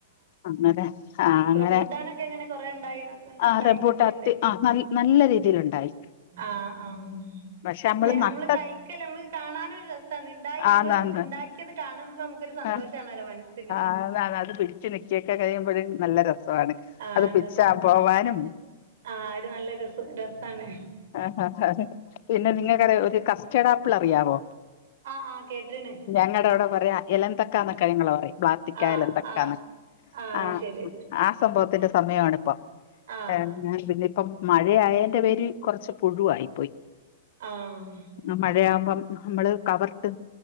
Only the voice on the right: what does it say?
റംബൂട്ടാനൊക്കെ എങ്ങനെ കൊറെ ഉണ്ടായിണോ
കഴിക്കണ്ടക്കണ്
ആഹ്. ആഹ്
ന്നെ
അമ്മള് കയിക്കല്ല മ്മക്ക് കാണാനൊരു രസാണ് ഇണ്ടായി
മ്മള് ണ്ടാക്കി കാണുമ്പം മ്ക്കൊരു സന്തോഷാണല്ലോ
മനസ്സിന്
ആഹ്
അതന്നെ
ആഹ് ഒരു നല്ല രസു രസാണ്
ആഹ് ആഹ് കേട്ട്ണ്
ആഹ് ആഹ് അത്
ശരി
ആഹ്
ആഹ്